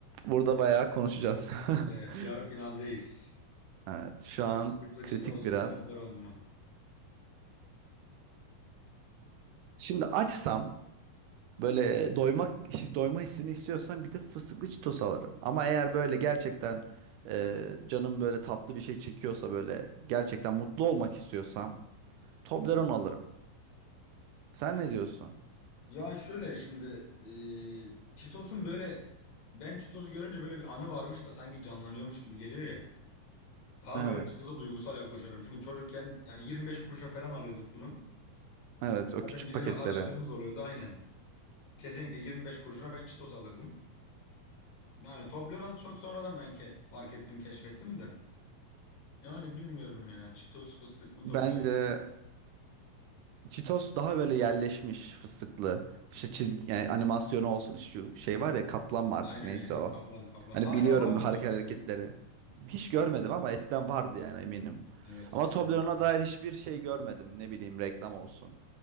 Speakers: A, on the right; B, on the left.
A: Burada bayağı konuşacağız.
B: Evet,
A: <laughs>
B: yarı finaldeyiz.
A: Evet. Şu an
B: Fıstıklı
A: kritik
B: Cheetos
A: biraz.
B: mu, Toblerone mu?
A: Şimdi açsam Böyle doymak <laughs> doyma hissini istiyorsam gidip fıstıklı Cheetos alırım. Ama eğer böyle gerçekten e, canım böyle tatlı bir şey çekiyorsa böyle gerçekten mutlu olmak istiyorsam Toblerone alırım. Sen ne diyorsun?
B: ya şöyle şimdi e, Çitos'un böyle ben Çitos'u görünce böyle bir anı varmış da sanki canlanıyormuş gibi geliyor ya. Daha
A: Evet.
B: böyle Çitos'a duygusal yaklaşıyorum. Çünkü çocukken yani 25 kuruşa falan alıyorduk bunu.
A: Evet o
B: Zaten
A: küçük
B: bir lira
A: paketlere.
B: harçlığımız oluyordu aynen. Kesinlikle 25 kuruşuna ben Çitos alırdım. Yani Toblerone çok sonradan ben ke fark ettim, keşfettim de. Yani bilmiyorum ya. Çitos fıstık mı Toblerone
A: Bence
B: mu?
A: Cheetos daha böyle yerleşmiş fıstıklı. İşte çizgi yani animasyonu olsun şu şey var ya kaplan mı artık
B: Aynen
A: neyse
B: aynen
A: o.
B: kaplan kaplan.
A: Hani
B: Hala
A: biliyorum
B: var mı
A: hareket
B: acaba o
A: hareketleri.
B: ya?
A: Hiç görmedim ama eskiden vardı yani eminim.
B: Evet
A: Ama
B: eskiden
A: Toblerone'a
B: vardı.
A: dair hiçbir şey görmedim. Ne bileyim reklam olsun.